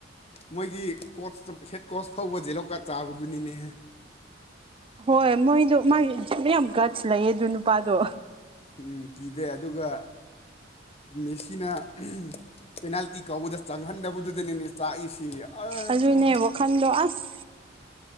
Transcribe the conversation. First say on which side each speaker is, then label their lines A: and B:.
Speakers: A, on the left; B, on the right.
A: ꯃꯣꯏꯒꯤ ꯀꯣꯆꯇꯣ ꯍꯦꯠ ꯀꯣꯆ ꯐꯥꯎꯕ ꯖꯦꯂꯣ ꯀꯔꯥꯠ ꯆꯥꯕꯗꯨꯅꯤꯅꯦ
B: ꯍꯣꯏ ꯃꯣꯏꯗꯣ ꯃꯥꯒꯤ ꯃꯌꯥꯝ ꯒꯁ ꯂꯩꯌꯦ ꯑꯗꯨ ꯅꯨꯄꯥꯗꯣ
A: ꯎꯝ ꯀꯤꯗꯦ ꯑꯗꯨꯒ ꯃꯦꯁꯤꯅ ꯎꯝ ꯄꯦꯅꯥꯜꯇꯤ ꯀꯥꯎꯕꯗ ꯆꯪꯍꯟꯗꯕꯗꯨꯗꯅꯤꯅꯦ ꯆꯥꯛꯏꯁꯤ ꯑꯔꯣ
B: ꯑꯗꯨꯅꯦ ꯋꯥꯈꯟꯗꯣ ꯑꯁ